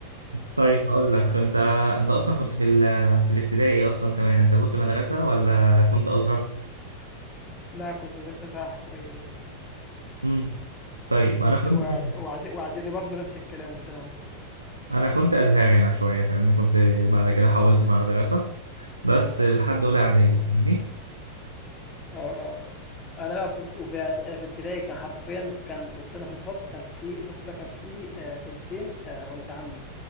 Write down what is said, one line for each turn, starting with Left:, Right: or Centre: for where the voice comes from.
Right: طيب
Left: بس.
Right: هقول لك انت انت اصلا كنت في ال... في الابتدائي ايه اصلا كمان انت كنت مدرسه ولا كنت ازهر
Left: لأ كنت مدرسة حكومية
Right: امم طيب
Left: وبت
Right: انا كنت
Left: وإعد وإعد وإعدادي برضه نفس الكلام وفي ثانوي.
Right: انا كنت ازهري انا شويه فاهمني كنت بعد كده حولت مدرسه بس لحد اولى اعدادي
Left: إمم.
Right: فاهمني
Left: آه، آه. أنا بقى في ابت- وفي إعد- أنا في ابتدائي كان حرفيًا كان كنت أنا في الفصل كان في الفصل ده كان فيه آه، بنتين آه، ولد عمي